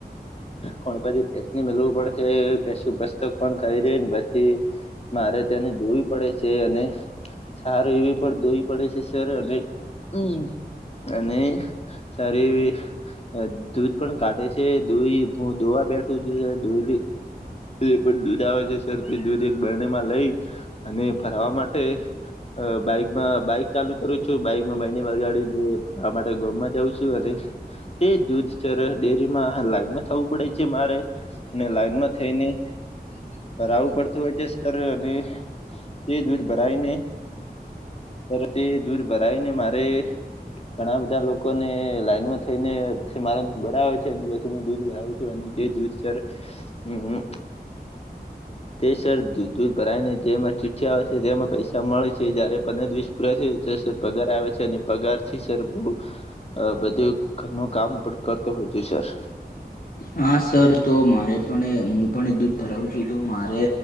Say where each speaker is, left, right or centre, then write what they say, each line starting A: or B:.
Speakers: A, on the left; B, on the left.
A: ગણપતિસની મલવું પડે છે, કે શું બસ તો ખોણ ખાઈ રે ને પછી મારે તેને ધોવી પડે છે, અને સારું એવી પણ દોવી પડે છે, સર અને હ, અને સારી એવી- દૂધ પણ કાઢે છે દોહી હું દોવા બેઠું છું દોહી- જે પણ દૂધ આવે છે સરથી દૂધ એક બરણી માં લઈ અને ભરવા માટે- બાઈકમાં બાઈક ચાલુ કરું છું બાઈકમાં બને બગાડી દ આ માટે ગમમાં જઉં છું અને, તે દૂધચર ડેરીમાં લાઈન માં થવું પડે છે, મારે ને લાઈનમાં- થઠઈ ને - ભરાવું પડતું હોય છે સર અને એ દૂધ ભરાવીને- ત તે દૂર ભરાય ને મારે, ઘણા બધા લોકોને લાઈનમાં થઈને પછી મારો નંબર આવે છે, અને પછી- હું દૂધ ભરાવું છું અને તે દૂધ સર હમ્મ તે સર દૂધ ભરાયને જેમાં ચિઠી આવે છે તેમાં પૈસા મળે છે. જયારે પને દસ- પરા સર પગાર આવે છે, અને પગારથી સર બહુ- હ બધું ઘરનું કામ પણ કરતો હોયત સર,
B: હા સર તો મારે પણ હું પણ દૂધ ભરાવું છું તો મારે-